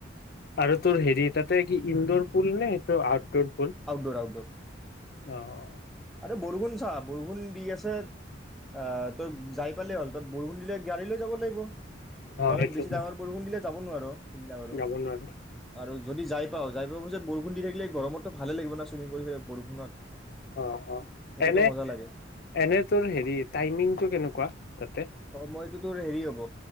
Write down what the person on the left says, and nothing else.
আৰু তেওঁৰ হেৰি তাতে কি ইন্দুৰ পুল নে আউটডোৰ পুল?
অ'
অ সেইটো
যাব নোৱাৰো
অ', অ',
এনে
এনে তোৰ হেৰি তাইমিংটো কেনেকুৱা? তাতে?